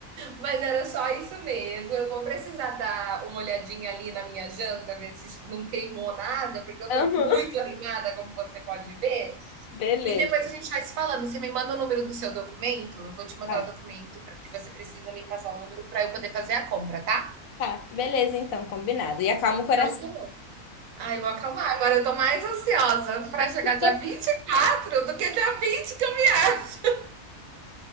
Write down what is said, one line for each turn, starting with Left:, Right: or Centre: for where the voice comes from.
Right: Mas era só isso mesmo. Eu vou precisar dar uma olhadinha ali na minha janta, ver se não queimou nada, porque eu
Left: Aham.
Right: tô muito animada, como você pode ver.
Left: Beleza.
Right: E depois a gente vai se falando. Você me manda o número do seu documento, eu vou te mandar
Left: Tá,
Right: o documento pra- que você precisa me passar o número para eu poder fazer a compra, tá?
Left: tá. Beleza, então, combinado. E acalma o coração.
Right: Então tá bom. Ai, vou acalmar. Agora eu tô mais ansiosa para chegar
Left: <laughs>
Right: dia 24 do que dia vinte que eu viajo.